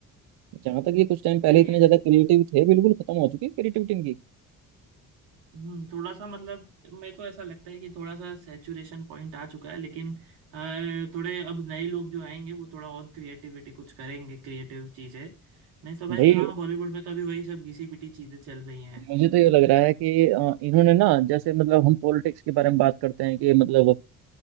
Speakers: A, on the right; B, on the right.
A: जहाँ तक ये कुछ टाइम पहले
B: क्रिएट
A: इतने ज्यादा क्रिएटिव थे बिल्कुल खत्म हो चुकी है क्रिएटिविटी इनकी
B: हम्म थोड़ा सा मतलब मेरे को ऐसा लगता है कि थोड़ा सा सैचुरेशन पॉइंट आ चुका है लेकिन अ, थोड़े अब नए लोग जो आएंगे वो थोड़ा और क्रिएटिविटी कुछ करेंगे क्रिएटिव चीजें नहीं तो भाई
A: भाई
B: हाँ बॉलीवुड में तो अभी वही सब घिसी पिटी चीजें चल रही हैं
A: मुझे तो ये लग रहा है कि अ, इन्होंने ना जैसे मतलब हम पॉलिटिक्स के बारे में बात करते हैं कि मतलब अ,